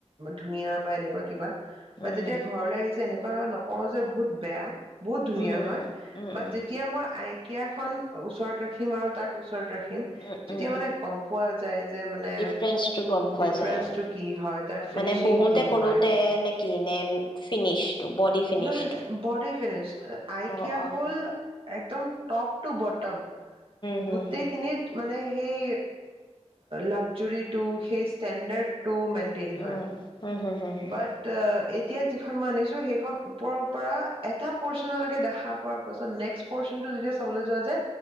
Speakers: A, on the right; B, on the left.
A: ধুনীয়া বা এনেকুৱা কিবা। বা
B: উম
A: তেতিয়া
B: উম
A: ঘৰলৈ আহিছে এনেক কুৱা নকওঁ যে বহুত বেয়া বহুত ধুনীয়া
B: উম
A: হয়
B: উম
A: বাট যেতিয়া মই আই কিয়া খন ওচৰত ৰাখিম আৰু তাক ওচৰত ৰাখিম খিম
B: উম
A: তেতিয়া
B: উম
A: মানে গম পোৱা যায় যে মানে
B: ডিফাৰেঞ্চটো গম পোৱা
A: ডিফাৰেঞ্চটো
B: যায় আৰু
A: কি হয়, তাৰ ফিনিচিং
B: মানে বহুতে
A: কি
B: কৰোতে
A: হয়।
B: নে কি নে ফিনিচটো বডি ফিনিচটো
A: নাই, ব'ডি ফিনিচটো আইকিয়া
B: অ অ
A: হ'ল একদম টপ টু বটম।
B: হুম
A: গোটেইখিনিত
B: হুম
A: মানে সেই লাগজৰিটো সেই ষ্টেডাৰ্ড টো মেন্টেইন হয়,
B: উম হুম হুম হুম
A: বাট অ', এ এতিয়া যিখন মই আনিছোঁ সেইখন ওপৰৰ পৰা এটা প'ৰ্চনলৈকে দেখা পোৱাৰ পাছত নেক্সট প'ৰ্চনটো যেতিয়া চাবলৈ যোৱা যে